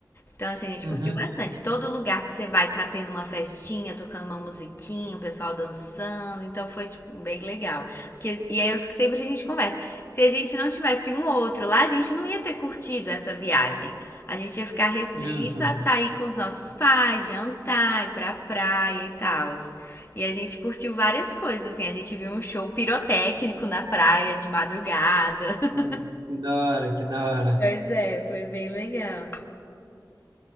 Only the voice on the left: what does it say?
Então, assim, a gente
curtiu bastante. Todo lugar que você vai tá tendo uma festinha, tocando uma musiquinha, o pessoal dançando. Então foi, tipo, bem legal. Porque, e aí eu fico sempre a gente conversa. Se a gente não tivesse um ou outro lá, a gente não ia ter curtido essa viagem. A gente ia ficar restrito
a sair com os nossos pais, jantar, ir pra praia e tal. E a gente curtiu várias coisas, assim. A gente viu um show pirotécnico na praia de madrugada. <laughs>
Pois é, foi bem legal.